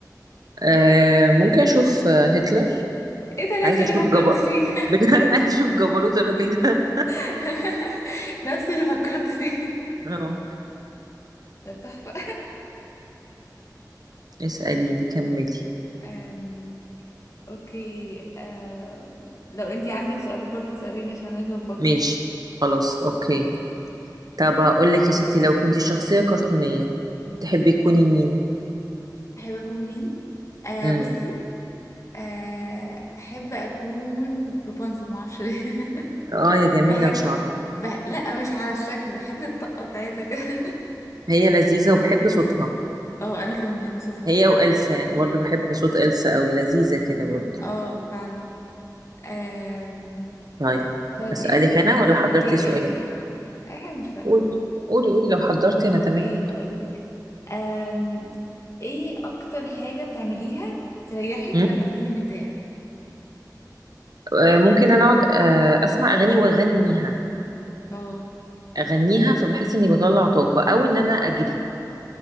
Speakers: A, on the right; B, on the left.
A: آه ممكن اشوف آه، هتلر
B: ايه ده
A: عايزه
B: نفس اللي
A: اشوف
B: فكرت
A: جبر
B: فيه
A: بجد <laughs> عايزه اشوف جبروت الراجل ده
B: <laughs> نفس اللي فكرت فيه
A: <laughs> اه
B: <laughs> طب تحفه
A: اسأليني كملي
B: آم اوكي آه لو انتي عندك سؤال برضه اساليني عشان لازم افكر
A: ماشي خلاص اوكي طب اقول لك يا ستي لو كنت شخصية كرتونية تحبي تكوني مين
B: احب اكون مين آه
A: امم
B: بصي آه احب اكون روبانزل ما اعرفش ليه <laughs>
A: اه يا جميلة
B: بحب
A: وشعرها
B: بح... لا مش على الشكل بحب الطاقه بتاعتها كده <laughs>
A: هي لذيذة وبحب صوتها
B: اه انا كمان بحب صوتها فعلا
A: هي وإلسا يعني برضو بحب صوت إلسا قوي لذيذة كده برضو
B: اه فعلا آم...
A: طيب
B: طيب
A: أسألك
B: انت
A: أنا ولا حضرتي
B: اوكي
A: سؤال
B: اي حاجه اي حاجه مش فارقه
A: قولي قولي قولي لو حضرتي أنا
B: اوكي
A: تمام
B: هقولك آم... ايه اكتر حاجه بتعمليها تريحك
A: مم.
B: لما تكوني متضايقه
A: آه، ممكن انا اقعد آه، اسمع اغاني واغنيها
B: اه
A: اغنيها فبحس اني بطلع طاقه او ان انا اجري